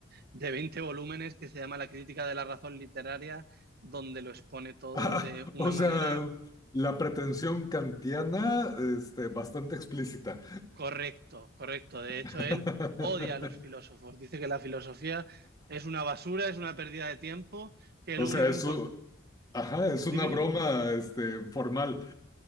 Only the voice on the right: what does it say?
de 20 volúmenes que se llama La crítica de la razón literaria, donde lo expone todo
de una
manera
Correcto, correcto. De hecho,
él odia a los filósofos. Dice que la filosofía es una basura, es una pérdida de tiempo, que
lo
único
importa...
Dime,
dime.